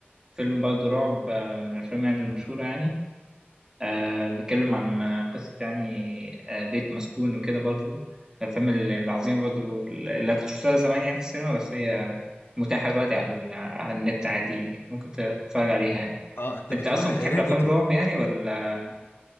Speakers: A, on the right; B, on the left.
A: فيلم برضو رعب آه من الأفلام يعني المشهورة يعني آه بيتكلم عن آه، قصة يعني آه بيت مسكون وكده برضو الأفلام ال- العظيمة برضو اللي كنت شفتها زمان يعني في السينما بس هي متاحة دلوقتي على, ال- على النت عادي ممكن تتفرج عليها يعني
B: اه انت
A: فأنت
B: بتقول
A: أصلا
B: هيريديتري
A: بتحب أفلام الرعب يعني ولا